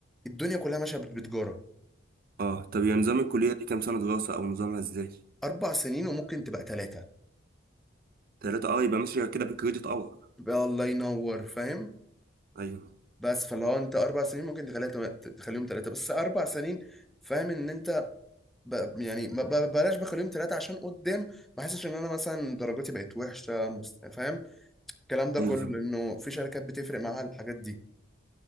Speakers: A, in the centre; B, on the right (about 50°).
A: الدنيا كلها ماشيه بتجاره
B: اه طب يا نظام الكليه دي كام سنه دراسه او نظامها ازاي
A: اربع سنين وممكن تبقى ثلاثه
B: ثلاثة اه يبقى ماشيه كده بكريدت اور
A: يبقى الله ينور فاهم
B: ايوه
A: بس فلو انت اربع سنين ممكن تخليها تم- تخليهم ثلاثه بس اربع سنين فاهم ان انت ب... يعني ما ب... بلاش بخليهم ثلاثه عشان قدام ما احسش ان انا مثلا درجاتي بقت وحشه مست... فاهم الكلام ده
B: ايوه
A: كله
B: فاهم
A: لانه في شركات بتفرق معاها الحاجات دي